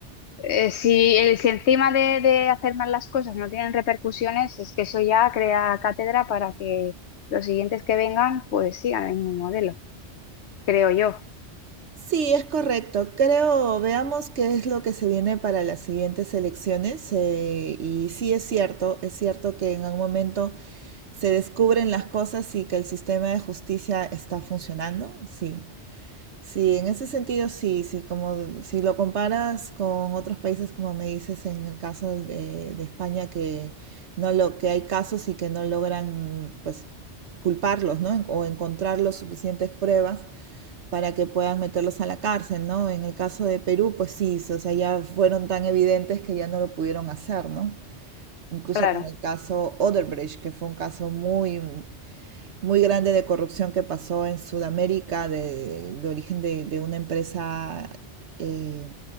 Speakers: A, on the left (about 70°); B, on the right (about 75°).
A: eh, si, el- si encima de, de hacer mal las cosas no tienen repercusiones, es que eso ya crea cátedra para que los siguientes que vengan pues sigan el mismo modelo, creo yo,
B: Sí, es correcto. Creo, veamos qué es lo que se viene para las siguientes elecciones. eh, y sí es cierto, es cierto que en algún momento se descubren las cosas y que el sistema de justicia está funcionando. Sí, sí, en ese sentido sí, sí, como si lo comparas con otros países, como me dices en el caso de, de España, que no lo, que hay casos y que no logran, pues, culparlos, ¿no? O encontrar las suficientes pruebas para que puedan meterlos a la cárcel, ¿no? En el caso de Perú, pues sí, sí, o sea, ya fueron tan evidentes que ya no lo pudieron hacer, ¿no? Incluso
A: claro,
B: con el caso Odebrecht, que fue un caso muy, muy grande de corrupción que pasó en Sudamérica, de, de origen de, de una empresa eh,